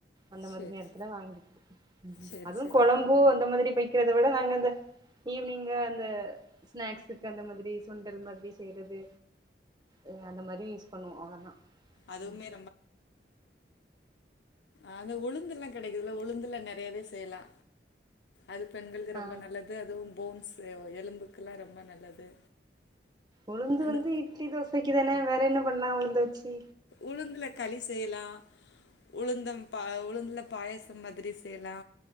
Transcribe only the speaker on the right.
அந்த
எடத்துல வாங்கிப்போ ம் ம்
அதுவு
கொழம்பு அந்த மாதிரி வை க்கிறத விட நாங்க அந்த ஈவினிங்கா அந்த ஸ்நாக்ஸுக்கு அந்த மாதிரி சுண்டல் மாதிரி செய்யறது ஆ அந்த மாரி யூஸ் பண்ணுவோ அவ்ளோதா
ம்
ஆ
உளுந்து
வந்து இட்லி தோசைக்கிதான வேற என்ன பண்ண உளுந்த வச்சி